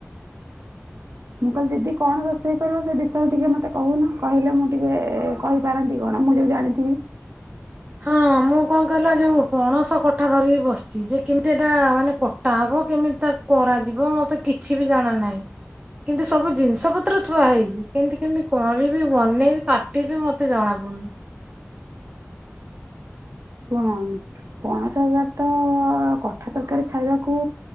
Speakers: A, on the right (about 70°); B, on the right (about 25°).
A: ମୁଁ କହିଲି ଦିଦି କଣ ରୋଷେଇ କରିବ ସେ ବିଷୟରେ ଟିକେ ମତେ କହୁନ କିଲେ ମୁଁ ଟିକେ କହିବି। ପାରନ୍ତି କଣ ମୁଁ ଯୋଉ ଜାଣିଥିବି।
B: ହଁ ମୁଁ କଣ କହିଲା ଯୋଉ ପଣସ କଠା ଧରିକି ବସିଛି ଯେ କେମିତି ଏଟା ମାନେ ଟବ କେମିତି ତା କରାଯିବ ମତେ କିଛି ବି ଜାଣା ନାହିଁ। କିନ୍ତୁ ସବୁ ଜିନିଷ ପତ୍ର ଥୁଆ ହେଇଛି କେମତି କେମତି କରିବି ବନେଇବି କାଟିବି ମତେ ଜଣା ପୁନି
A: ଶୁଣ ପଣସ ହଜାର ତ କଠା ତରକାରୀ ଖାଇବାକୁ।